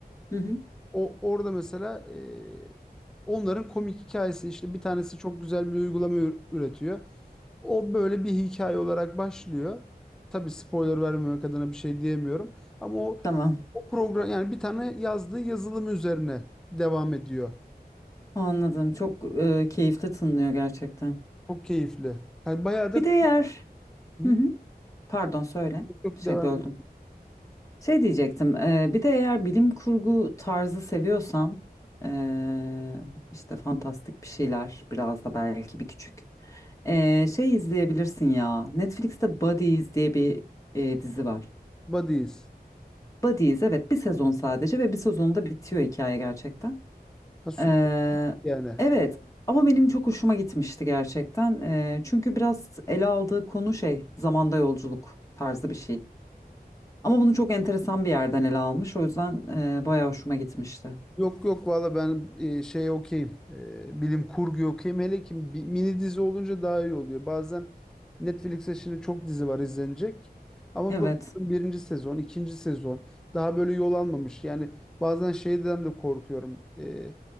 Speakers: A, on the left; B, in the centre.
A: Hı hı.
B: O orada mesela e, onların komik hikayesi işte bir tanesi çok güzel bir uygulama ür- üretiyor. O böyle bir hikaye olarak başlıyor. Tabii spoiler vermemek adına bir şey diyemiyorum. Ama o,
A: Tamam.
B: o program yani bir tane yazdığı yazılım üzerine devam ediyor.
A: Anladım. Çok e, keyifli tınlıyor gerçekten.
B: Çok keyifli. Yani bayağı da
A: Bir de eğer...
B: Hı?
A: Hı hı. Pardon söyle.
B: çok
A: Şey
B: devam.
A: böldüm. Şey diyecektim, e, bir de eğer bilim kurgu tarzı seviyorsan, e, işte fantastik bir şeyler, biraz da belki bir küçük. e, şey izleyebilirsin ya, Netflix'te Buddies diye bir e, dizi var.
B: Buddies.
A: Buddies, evet bir sezon sadece ve bir sezonda bitiyor hikaye gerçekten.
B: Ha süper
A: E,
B: yani.
A: evet, ama benim çok hoşuma gitmişti gerçekten. E, çünkü biraz ele aldığı konu şey, zamanda yolculuk tarzı bir şey. Ama bunu çok enteresan bir yerden ele almış. O yüzden e, bayağı hoşuma gitmişti.
B: Yok yok valla ben e, şey okeyim. E, bilim kurgu okeyim. Hele ki bi- mini dizi olunca daha iyi oluyor. Bazen Netflix'te şimdi çok dizi var izlenecek. Ama
A: Evet.
B: bu birinci sezon, ikinci sezon daha böyle yol almamış. Yani bazen şeyden de korkuyorum. E,